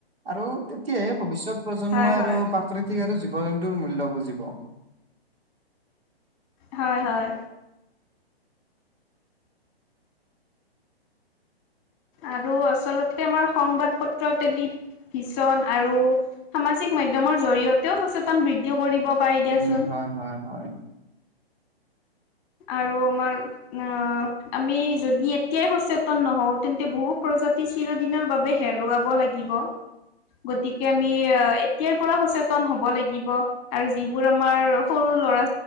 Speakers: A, on the right; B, on the left.
A: আৰু তেতিয়াহে ভৱিষ্যত প্ৰজন্মই
B: হয়
A: আৰু
B: হয়
A: প্ৰাকৃতিক আৰু জীৱ জন্তুৰ মূল্য বুজিব।
B: হয় হয়। আৰু আচলতে আমাৰ সংবাদ পত্ৰ টেলি ভিছন আৰু সামাজিক মাধ্যমৰ জৰিয়তেও সচেতন বৃদ্ধি কৰিব পাৰি দিয়াচোন।
A: উম, হয় হয় হয়।
B: আৰু আমাৰ অঁ, আমি যদি এতিয়াই সচেতন নহওঁ, তেন্তে বহু প্ৰজাতি চিৰদিনৰ বাবে হেৰুৱাব লাগিব। গতিকে আমি অ এতিয়াৰ পৰা সচেতন হ'ব লাগিব। আৰু যিবোৰ আমাৰ সৰু ল'ৰা